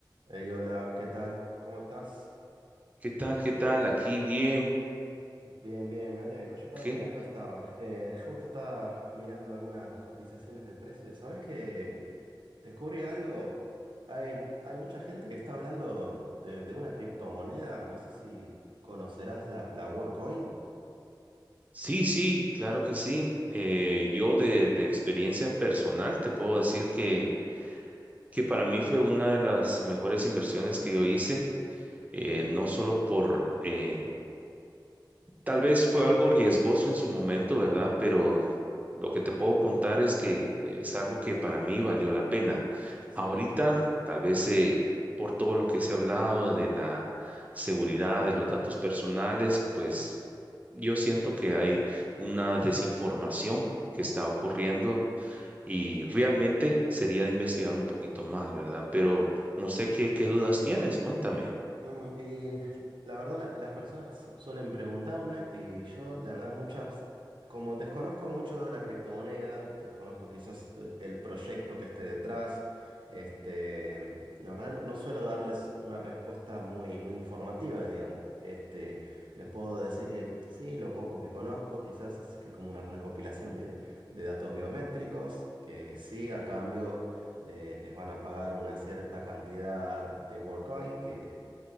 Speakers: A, on the right (about 80°); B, on the right (about 20°).
A: Hey, hola, ¿qué tal? ¿Cómo estás?
B: ¿Qué tal? ¿Qué tal? Aquí bien.
A: Bien, bien, me alegro. Yo también,
B: ¿Qué?
A: acá estaba. Eh, <laughs> justo estaba mirando algunas cotizaciones de precios. ¿Sabes qué? Descubrí algo. Hay, hay mucha gente que está hablando de, de una criptomoneda. No sé si conocerás la, la WorldCoin.
B: Sí, sí, claro que sí. Eh, yo de, de experiencia personal te puedo decir que, que para mí fue una de las mejores inversiones que yo hice, eh,
A: Ujú,
B: no solo por, eh, Tal vez fue algo riesgoso en su momento, ¿verdad? Pero lo que te puedo contar es que es algo que para mí valió la pena.
A: Sí.
B: Ahorita, tal vez eh, por todo lo que se ha hablado de la seguridad de los datos personales, pues yo siento que hay una desinformación que está ocurriendo y realmente sería de investigar un poquito más, ¿verdad? Pero no sé qué, qué dudas tienes, cuéntame.
A: Mm, y la verdad la- las personas su- suelen preguntarme y yo la verdad muchas, como desconozco mucho la criptomoneda, desconozco quizás eh, el proyecto que esté detrás, este, la verdad no, no suelo darles una respuesta muy, muy informativa, digamos. Este, les puedo decir que sí, lo poco que conozco quizás es que como una recopilación de, de datos biométricos, que sí, a cambio le- les van a pagar una cierta cantidad de WorkCoin que